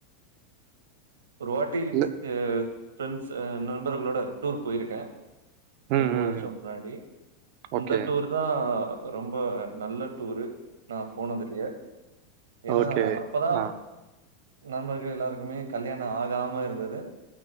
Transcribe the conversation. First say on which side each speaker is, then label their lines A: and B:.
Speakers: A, on the right; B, on the right.
A: ஒரு வாட்டி
B: இல்ல
A: தெ ஃப்ரெண்ட்ஸ் அ நண்பர்களோட டூர் போயிருக்க
B: ம்,
A: ரொம்ப
B: ம்,
A: வருஷ
B: ம்.
A: முன்னாடி
B: ஓகே,
A: அந்த டூர்தா ரொம்ப நல்ல டூர் நா போனதுலயே ஏனா
B: ஓகே.
A: அப்போதா
B: ஆ.
A: நண்பர்கள் எல்லாருக்குமே கல்யாணோ ஆகாம இருந்தது